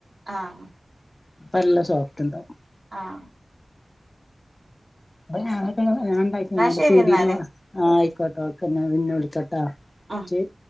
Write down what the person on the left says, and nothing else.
അപ്പ നല്ല സോഫ്റ്റുണ്ടാകും
അപ്പ ഞാനോക്കെ ങ്ങളെ ഞാൻ ഉണ്ടാകീണല്ലോ
പിടീന്ന്
വാ ആ വെക്കട്ടോ വെക്ക എന്നാ പിന്നെ വിളിക്ക ട്ടാ
ശെരി